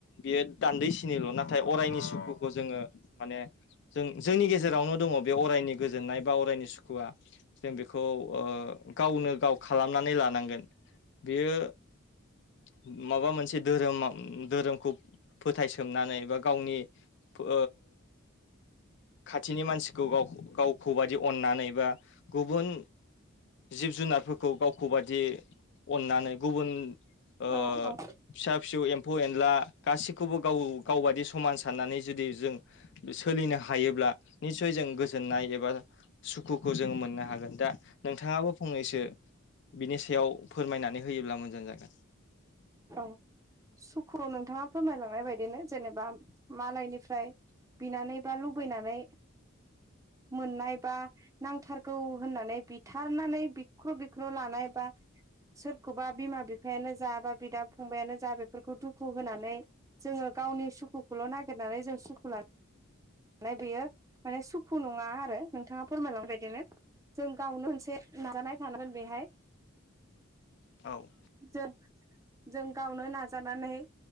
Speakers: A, on the left (about 60°); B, on the right (about 15°).
A: बियो दान्दैसिनिल' नाथाय अरायनि सुखुखौ जोङो माने जों जोंनि गेजेरावनो दङ बे अरायनि गोजोननाय बा अरायनि सुखुआ। जों बिखौ ओ गावनो गाव खालामनानै लानांगोन। बेयो <inaudible> माबा मोनसे धोरोमा धोरोमखौ फोथायसोमनानै बा गावनि ओ खाथिनि मानसिखौ गाव गाव खौ बायि अननानै बा गुबुन जिब जुनार खौ गावखौ बादि अननानै गुबुन ओ
B: औ औ
A: फिसा फिसौ एम्फौ एनला गासैखौबो गाव गावबादि समान साननानै जुदि जों सोलिनो हायोब्ला निसय जों गोजोननाय एबा सुखुखौ जोङो मोननो हागोन दा नोंथाङाबो फंनैसो बिनि सायाव फोरमायनानै होयोब्ला मोजां जागोन।
B: औ सुखुआव नोंथाङा फोरमायलांनाय बायदिनो जेनेबा मालायनिफ्राय बिनानै बा लुबैनानै मोननाय बा नांथारगौ होननानै बिथारनानै बिख्र' बिख्र' लानाय बा सोरखौबा बिमा बिफायानो जाबा बिदा फंबायानो जा बेफोरखौ दुखु होनानै जोंङो गावनि सुखुखौल' नागिरनानै जों सुखु लानानै ओमफ्राय बेयो माने सुखु नङा आरो नोंथाङा फोरमायलांबाय नो जों गावनो मोनसे नाजानाय थानांगोन बेहाय
A: औ
B: जों जों गावनो नाजानानै